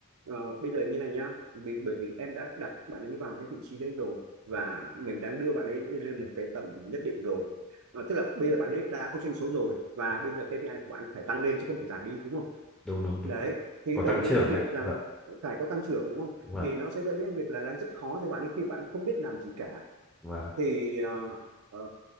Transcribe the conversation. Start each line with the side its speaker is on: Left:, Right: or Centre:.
Right: ờ, bây giờ như này nhá Bị- bởi vì em đã đặt bạn ấy vào cái vị trí đấy rồi và mình đang đưa bạn ấy lên một cái tầm nhất định rồi Ờ, tức là bây giờ bạn ấy đã có doanh số rồi và bây giờ KPI của bạn phải tăng lên chứ không phải giảm đi đúng không
Centre: đúng đúng đúng,
Right: đấy
Centre: đúng.
Right: thì
Centre: có
Right: đồng
Centre: tăng trưởng
Right: nghĩa với việc
Centre: đấy ạ.
Right: rằng
Centre: vâng
Right: phải có tăng trưởng đúng không
Centre: vâng
Right: thì nó sẽ dẫn đến việc là đang rất khó cho bạn ấy khi bạn không biết làm gì cả
Centre: vâng
Right: thì ờ, ờ,